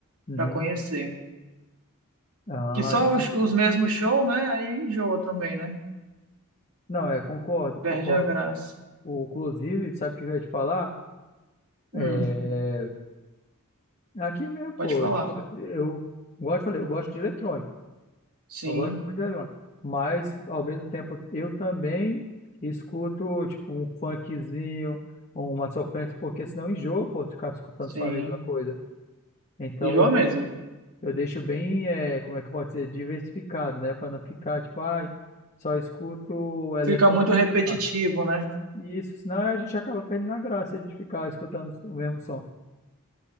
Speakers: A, on the left; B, on the right.
A: uhum.
B: pra conhecer.
A: Ah,
B: Que só
A: entendi.
B: os, os mesmos shows, né? Aí enjoa também, né?
A: Não, é, concordo, concordo.
B: Perde a graça.
A: O, inclusive, sabe o que eu ia te falar? É,
B: Hum.
A: aqui mesmo,
B: Pode
A: pô,
B: falar.
A: tipo, eu gosto, falei, eu gosto de eletrônico,
B: Sim,
A: eu gosto muito de eletrônico, mas ao mesmo tempo eu também escuto, tipo, um funkzinho, uma sofrência, porque senão enjoa, pô, ficar escutando
B: sim.
A: só a mesma coisa. Então
B: Enjoa
A: eu deixo,
B: mesmo.
A: eu deixo bem, é, como é que eu posso dizer, diversificado, né, para não ficar, tipo, ai, só escuto eletrônico
B: Fica muito repetitivo,
A: e demais.
B: né?
A: E Isso, senão a gente acaba perdendo a graça de ficar escutando o mesmo som.